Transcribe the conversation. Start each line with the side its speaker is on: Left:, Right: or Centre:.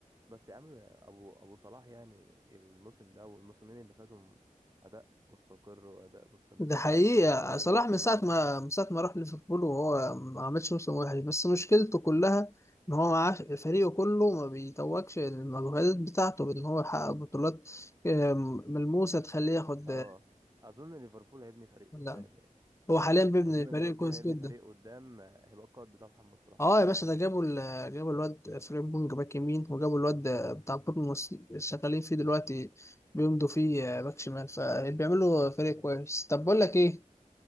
Right: بس يا عم ابو ابو صلاح يعني الموسم ده والموسمين اللي فاتوا م- اداء مستقر واداء مستمر
Left: ده حقيقة
Right: فاهمني يعني بسم
Left: صلاح
Right: الله ما شاء
Left: من
Right: الله
Left: ساعة
Right: عليه
Left: ما
Right: يعني
Left: من ساعة ما راح ليفربول وهو ما عملش موسم وحش بس مشكلته كلها إن هو معاه فريقه كله ما بيتوجش المجهودات بتاعته بإن هو يحقق بطولات آه، ملموسة تخليه ياخد
Right: اه
Left: آه،
Right: اظن ليفربول هيبني فريق
Left: لا
Right: قدام يعني
Left: هو حاليا بيبني
Right: اظن
Left: فريق
Right: ليفربول
Left: كويس
Right: هيبني
Left: جدا
Right: فريق قدام آه، هيبقى القائد بتاع محمد صلاح
Left: اه
Right: وش
Left: يا باشا
Right: ما فيهاش
Left: ده
Right: كده
Left: جابوا ال... جابوا الواد فريمبونج باك يمين وجابوا الواد بتاع بورنموث اللي شغالين فيه دلوقتي بيمضوا فيه باك شمال فبيعملوا فريق
Right: ايوه
Left: كويس طب بقول لك ايه